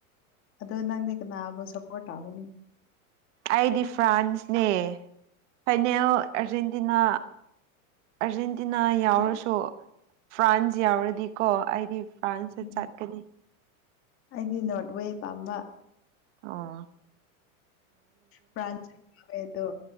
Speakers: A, on the left (about 30°); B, on the right (about 55°).
A: ꯑꯗ ꯅꯪꯗꯤ ꯀꯅꯥꯕꯨ ꯁꯞꯄꯣꯔꯠ ꯇꯒꯅꯤ
B: ꯑꯩꯗꯤ ꯐ꯭ꯔꯥꯟꯁꯅꯦ ꯐꯥꯏꯅꯦꯜ ꯑꯔꯖꯦꯟꯇꯤꯅꯥ ꯑꯔꯖꯦꯟ ꯇꯤꯟꯅꯥ ꯌꯥꯎꯔꯁꯨ
A: ꯑꯗꯣ
B: ꯐ꯭ꯔꯥꯟꯁ ꯌꯥꯎꯔꯗꯤꯀꯣ ꯑꯩꯗꯤ ꯐꯥ꯭ꯔꯟꯁꯇ
A: ꯎꯝ
B: ꯆꯠꯀꯅꯤ
A: ꯑꯩꯗꯤ ꯅꯣꯔꯠ ꯋꯦ ꯄꯥꯝꯕ
B: ꯑꯥ
A: ꯐ꯭ꯔꯥꯟꯁ ꯌꯥꯎꯔꯦꯗꯨ